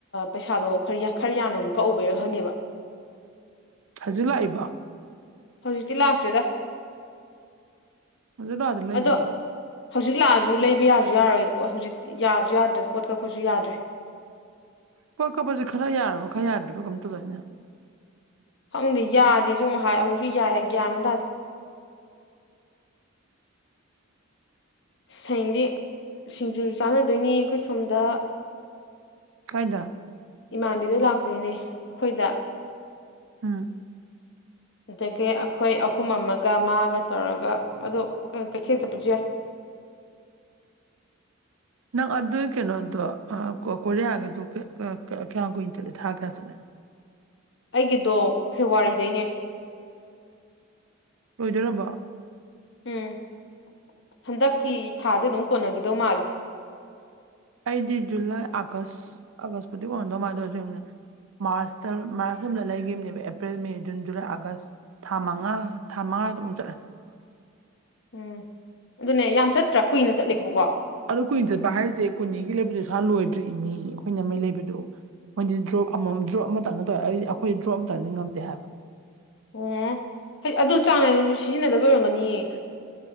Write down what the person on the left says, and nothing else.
ꯄꯩꯁꯥꯗꯣ ꯈꯔ ꯈꯔ ꯌꯥꯝꯅꯁꯨ ꯀꯛꯎꯕꯩꯔꯁꯨ ꯈꯪꯗꯦꯕ
ꯍꯧꯖꯤꯛꯇꯤ ꯂꯥꯛꯇ꯭ꯔꯦꯗ
ꯑꯗꯣ ꯍꯧꯖꯤꯛ ꯂꯥꯛꯑꯁꯨ ꯂꯩꯕ ꯌꯥꯁꯨ ꯌꯥꯔꯔꯣꯏ ꯄꯣꯠ ꯍꯧꯖꯤꯛꯇꯤ ꯌꯥꯁꯨ ꯌꯥꯗ꯭ꯔꯦ ꯄꯣꯠ ꯀꯛꯄꯁꯨ ꯌꯥꯗ꯭ꯔꯦ
ꯈꯪꯗꯦ ꯌꯥꯗꯦꯁꯨ ꯑꯃꯨꯛ ꯍꯥꯏ ꯑꯃꯨꯛꯁꯨ ꯌꯥꯏ ꯒꯌꯥꯃꯤ ꯇꯥꯔꯗꯤ ꯁꯌꯦꯦꯡꯗꯤ ꯁꯤꯡꯖꯨ ꯆꯥꯟꯅꯗꯣꯏꯅꯤ ꯑꯩꯈꯣꯏ ꯁꯣꯝꯗ
ꯏꯃꯥꯟꯕꯤꯗꯨ ꯂꯥꯛꯇꯣꯏꯅꯦ ꯑꯩꯈꯣꯏꯗ
ꯑꯗꯒꯤ ꯑꯩꯈꯣꯏ ꯑꯍꯨꯝ ꯑꯃꯒ ꯃꯥꯒ ꯇꯧꯔꯒ ꯑꯗꯨꯗꯣ ꯀꯩꯊꯦꯜ ꯆꯠꯄꯁꯨ ꯌꯥꯏ
ꯑꯩꯒꯤꯗꯣ ꯐꯦꯕꯋꯥꯔꯤꯗꯩꯅꯦ
ꯎꯝ ꯍꯟꯗꯛꯀꯤ ꯊꯥꯁꯦ ꯑꯗꯨꯝ ꯀꯣꯟꯅꯈꯤꯗꯧ ꯃꯥꯜꯂꯦ
ꯎꯝ ꯑꯗꯨꯅꯦ ꯌꯥꯝ ꯆꯠꯇ꯭ꯔꯥ ꯀꯨꯏꯅ ꯆꯠꯂꯦꯕꯀꯣ
ꯑꯣ ꯍꯥꯏ ꯑꯗꯨ ꯆꯥꯡ ꯅꯥ ꯁꯤꯖꯤꯟꯅꯗꯕ ꯑꯣꯏꯔꯝꯒꯅꯤꯌꯦ